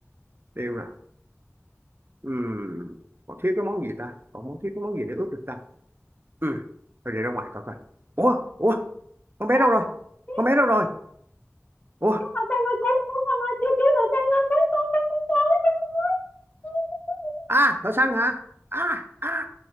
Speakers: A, on the right; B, on the left.
A: tiêu nè ừ còn thiếu cái món gì ta còn món thiếu cái món gì để ướp được ta ừ thôi để ra ngoài coi coi ủa ủa con bé
B: Ơ,
A: đâu rồi
B: ý,
A: con bé đâu rồi ủa
B: Hoàng Sang ơi cứu cứu Hoàng ơi chú chú Hoàng Sang ơi cứu con con con con con không sao.
A: à thợ săn hả à à